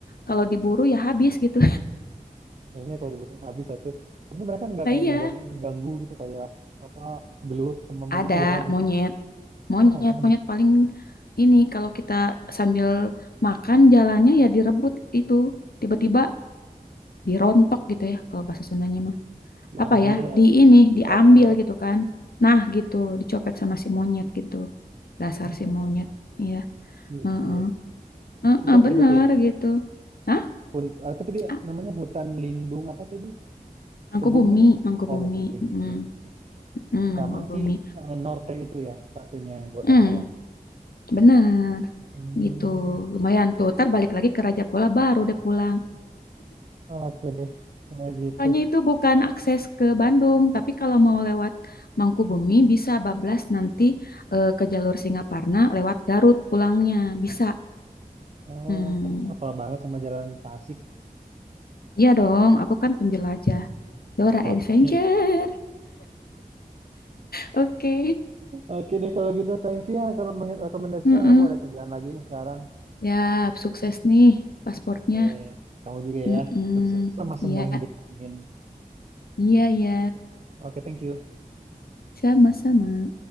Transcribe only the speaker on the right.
Kayaknya kalau dibunuh habis satu. Tapi mereka nggak
kayak
ngegang- ngeganggu gitu kayak apa gelut sama manusia
gitu.
Wah ada
gitu.
Diambil,
dicopet,
Ah,
gitu.
Itu
hebat ya.
Hun, apa tadi
namanya hutan lindung apa tadi?
Kebumen.
Oh
mau bumi.
Sama
si eh, Norte itu ya kafenya yang buat
nongkrong.
Hmm,
oke deh. Nah gitu.
Oh
kayaknya hafal banget sama jalan Tasik.
Oke.
Oke deh kalau gitu thank you ya rekomend- rekomendasinya
aku ada kerjaan lagi nih sekarang.
Oke, kamu juga
ya. Sukses sama semua
yang dijalanin.
Oke, thank you.